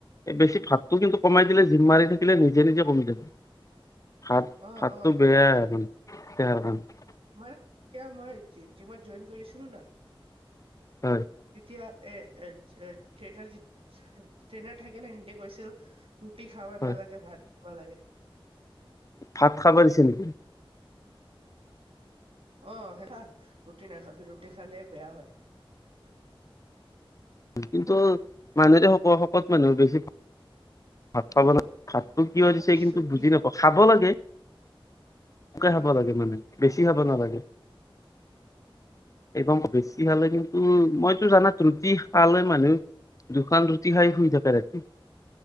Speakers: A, on the left; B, on the right.
A: এ, বেছি ভাতটো কিন্তু কমাই দিলে জিম মাৰি থাক কিলে নিজে নিজে কমি যাব ভাত
B: অ
A: ভাতটো
B: অ
A: বেয়াই মানে দেহাৰ কাৰণে।
B: মই তিয়া মই জি জিমত জইন কৰিছিলোঁ না
A: হয়।
B: তিতিয়া এ, এটচ এ, <unintelligible> ট্ৰেইনাৰ থাকে না সেন্তে কৈছিল ৰুটি খাবা
A: হয়
B: নালাগে ভাত খাব লাগে।
A: ভাত খাব দিছে নি?
B: অ', সেইয়া ৰুটি নাখাবি ৰুটি খালে বেয়া হয়।
A: কিন্তু মানু যদি শক শকত মানুহ বেছি ভাত খাব ন ভাতটো কিয়
B: ভাবিছো
A: দিছে কিন্তু বুজি
B: কিবা
A: নাপাওঁ খাব লাগে <unintelligible> খাব
B: উম
A: লাগে
B: উম
A: মানে। বেছি খাব নালাগে এগম্ব বেছি খালে কিন্তু উম, মইতো জানাত ৰুটি আলে মানুহ দুখন ৰুটি খাই শুই থাকে ৰাতি